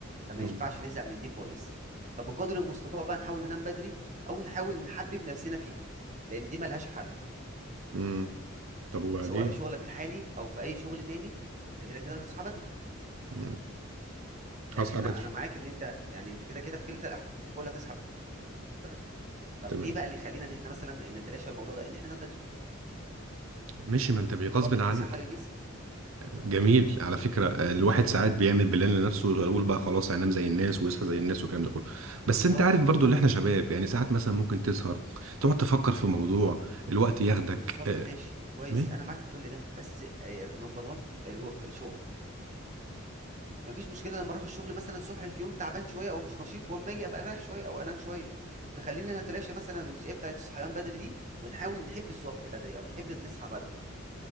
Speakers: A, on the right; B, on the right.
A: فما
B: مظبوط
A: ينفعش نزهق من دي خالص فبقدر المستطاع بقى نحاول ننام بدري او نحاول نحبب نفسنا فيها لان دي ملهاش حل
B: امم طب وبعدين
A: سواء في شغلك الحالي او في اي شغل تاني انت كده كده هتصحى بدري
B: امم
A: يعني
B: هصحى
A: انا
B: بدري
A: انا معاك ان انت يعني انت كده كده في كلتا الاحوال هتصحى بدري طب
B: تمام
A: ايه بقى اللي يخلينا ان احنا مثلا نتلاشى الموضوع ده ان احنا ننام بدري
B: ماشي ما انت بغصب
A: وده برضو
B: عنك
A: في صحة للجسم
B: جميل على فكرة الواحد ساعات بيعمل بلان لنفسه ويقول بقى خلاص هينام زي الناس ويصحى زي الناس والكلام ده كله
A: بالظبط
B: بس انت عارف برضو اللي احنا شباب يعني ساعات مثلا ممكن تسهر تقعد تفكر في موضوع الوقت ياخدك
A: بالظبط
B: اه،
A: ماشي كويس
B: ما-
A: انا معاك في كل ده بس نمبر 1 الورك الشغل مفيش مشكله لما اروح الشغل مثلا الصبح في يوم تعبان شويه او مش نشيط واما اجي ابقى رايح شويه او انام شويه فخلينا نتلاشى مثلا الجزئيه بتاعت الصحيان بدري دي ونحاول نحب الصبح بدري او نحب نصحى بدري